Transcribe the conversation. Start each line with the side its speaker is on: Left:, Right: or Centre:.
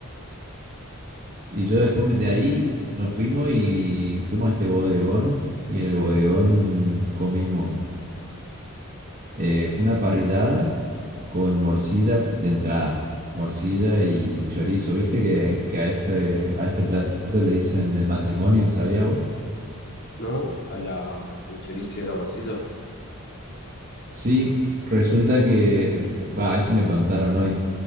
Right: Y yo después me- de ahí nos fuimos y fuimos a este bodegón y en el bodegón comimos eh, una parrillada con morcilla p- de entrada, morcilla y chorizo. ¿Viste que, que a ese, a ese plato le dicen el matrimonio, ¿sabías vos?
Left: No, a la, el chorizo y a la morcilla,
Right: Sí, resulta que, va, eso me contaron hoy,